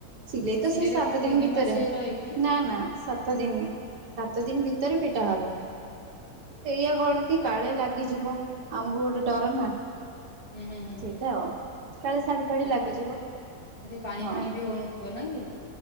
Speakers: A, on the right; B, on the left.
A: ସିିଲେଇ
B: ଆଚ୍ଛା
A: ତ
B: ସିଲେଇ
A: ସେଇ
B: ଟା
A: ସାତ
B: କଣ ତିନି
A: ଦିନ ଭିତରେ।
B: ମାସ ଯାଏ ରହେ କି
A: ନା ନା ସାତ ଦିନି ସାତ ଦିନ ଭିତରେ ଫିଟା ହବ
B: ଆଚ୍ଛା
A: ଏଇଆ କଣ। କି କାଳେ ଲାଗିଯିବ ଆମକୁ ଗୋଟେ ଡର ନା।
B: ହୁଁ ହୁଁ ହୁଁ।
A: ତ କାଳେ ଶାଢୀ ଫାଢି
B: କଷ୍ଟ
A: ଲାଗିଯିବ
B: ଏଠି ପାଣି
A: ହଁ।
B: ଫାଣି ବି ହଉନଥିବ ନା କି?